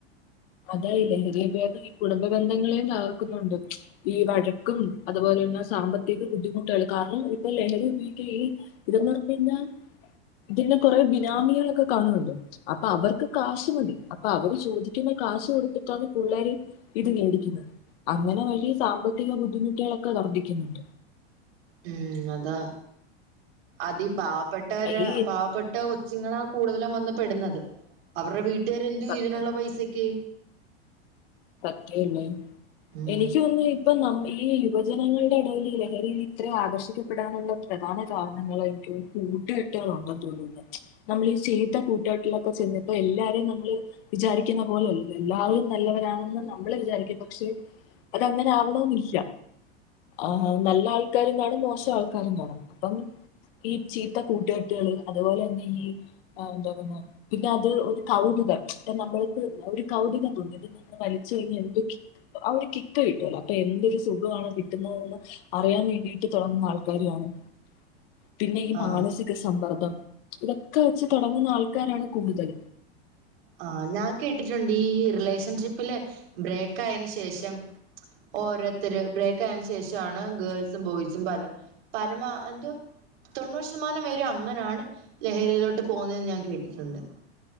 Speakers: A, on the left; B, on the right.
A: അതായി ലഹരിഭയോഗം ഈ കുടുംബബന്ധങ്ങളെയും തകർക്കുന്നുണ്ട് ഈ വഴക്കും അതുപോലെ ന്നെ സാമ്പത്തിക ബുദ്ധിമുട്ടേള് കാരണം ഇപ്പോലഹരി ഉപയോഗിക്കുക ഈ ഇതുംനടന്നഴിഞ്ഞാ ഇതിൻ്റെ കൊറേ ബിനാമികളൊക്കെ കാണുണ്ട് അപ്പൊ അവർക്ക് കാശ്മതി അപ്പൊ അവര് ചോദി ക്കുന്ന കാശ് കൊടുത്തിട്ടാണ് പുള്ളാര് ഇത് വേടിക്കുന്നെ അങ്ങനെ വലിയ സാ മ്പത്തിക ബുദ്ധിമുട്ടുകളൊക്കെ വർദ്ധിക്കുന്നുണ്ട്
B: ഉം അതാ അതീ പാവപ്പെട്ടവരെ
A: ഈ
B: പാവപ്പെട്ട കൊച്ചുങ്ങളെ കൂടുതലുംവന്ന്പെടുന്നത് അവര്ടെ വീട്ടുകർ എന്തുതിനുള്ള
A: സത്യം
B: പൈസക്ക്
A: സത്യാല്ലേ
B: ഉം
A: എനിക്ക്തോനുന്നു ഇപ്പൊ നമ് ഈ യുവജനങ്ങളുടെ ഇടയിൽ ഈലഹരിയിലിത്ര ആകർഷിക്കപ്പെടാനുള്ള പ്രധാന കാരണങ്ങളായിരിക്കും കൂട്ട്കെട്ട് ട്ടാണ് തോന്നുന്ന് നമ്മളീചീത്ത കൂട്ടുകെട്ടുള്ള കുട്ടി പോ ചെന്നപ്പോ എല്ലാരെയും നമ്മള് വിചാരിക്കുന്ന പോലെല്ലാവരും നല്ലവരാണ് ന്ന് നമ്മളെ വിചാരിക്കും പക്ഷെ അത് അങ്ങനെ ആവണംന്നില്ല ആ നല്ല ആൾക്കാരുംകാണും മോശം ആൾക്കാരും കാണൂം അപ്പം ഈ ചീത്ത കൂട്ടുകെട്ട്കള് അതുപോലെന്നെ ഈ ആ എന്താ പിന്നെ ഇകാ <unintelligible> കാരണമ്മൾക്ക് ഒരു കൗതുകംതോന്നും എന്തെന്ന് വലിച്ചൈഞ്ഞാ എന്ത് അതൊര് കിിക് കിട്ടുവല്ലോ അപ്പൊ എന്തൊരു സുഖമാണ് കിട്ടുന്നതന്ന് അറിയാൻ വേണ്ടിട്ട് തുടങ്ങുന്ന ആൾക്കാര് കാണും ആൾക്കാരാണ് പിന്നെ ഈ
B: ആഹ്.
A: മാനസിക സമ്മർദ്ദം ഇതൊക്കെ വെച്ച് തുടങ്ങുന്ന ആൾക്കാരാണ് കൂടുതൽ
B: ആ ഞാൻ കേട്ടിട്ടുണ്ട് ഈ റിലേഷൻഷിപ്പില് ബ്രേക്ക് ആയന് ശേഷം ഓരോരുത്തര് ബ്രേക്ക് ആയന് ശേഷ ആണ് ഗേൾസും ബോയ്സും പല പരമാ എന്തോ തൊണ്ണൂറ് ശതമാനം പേരു അങ്ങനാണ് ലഹരിയിലോട്ട് പോകുന്നെന്ന് ഞാൻ കേട്ടിട്ടുണ്ട്